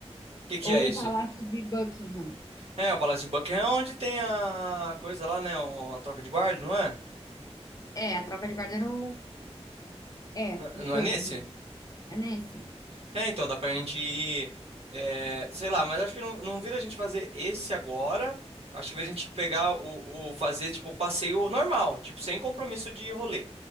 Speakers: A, on the right (about 65°); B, on the left (about 35°).
A: que que
B: ou
A: é isso?
B: o Palácio de Buckingham.
A: É, o Palácio de Buckingham é onde tem a coisa lá, né, o- a troca de guarda, não é?
B: É, a tropa de guarda no É,
A: N-
B: no
A: Não
B: Buckingham.
A: é nesse?
B: É nesse?
A: É, então dá pra gente ir, é, sei lá, mas acho que não, não vira a gente fazer esse agora. Acho que vira a gente pegar o, o fazer tipo o passeio normal, tipo sem compromisso de rolê,